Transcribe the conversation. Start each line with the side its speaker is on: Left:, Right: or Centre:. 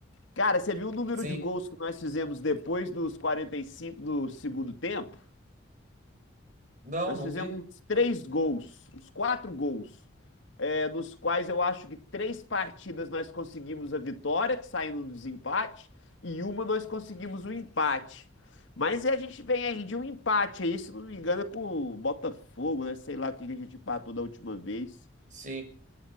Left: cara, você viu o número
Right: Sim.
Left: de gols que nós fizemos depois dos 45 do segundo tempo?
Right: Não,
Left: Nós
Right: não
Left: fizemos
Right: vi.
Left: três gols, uns quatro gols é, nos quais eu acho que três partidas nós conseguimos a vitória, que saindo do desempate, e uma nós conseguimos o empate. Mas a gente vem aí de um empate aí, se não me engano, é com o Botafogo, né? Sei lá o que que a gente empatou da última vez.
Right: Sim.